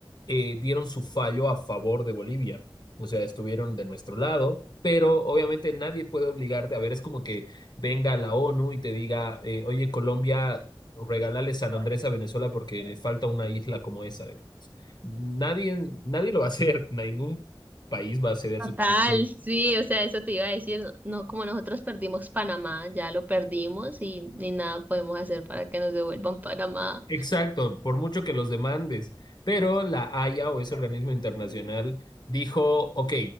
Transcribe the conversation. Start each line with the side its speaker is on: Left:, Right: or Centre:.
Left: eh, dieron su fallo a favor de Bolivia. O sea, estuvieron de nuestro lado, pero obviamente nadie puede obligarte. A ver, es como que venga la ONU y te diga, eh, oye, Colombia, regálale San Andrés a Venezuela porque le falta una isla como esa. digamos. Nadie, nadie lo va a hacer, <laughs> ningún país va a ceder
Right: total,
Left: su territorio.
Right: sí, o sea, eso te iba a decir. No, no, como nosotros perdimos Panamá, ya lo perdimos y ni nada podemos hacer para que nos devuelvan Panamá.
Left: Exacto, por mucho que los demandes, pero la Haya o ese organismo internacional dijo, ok,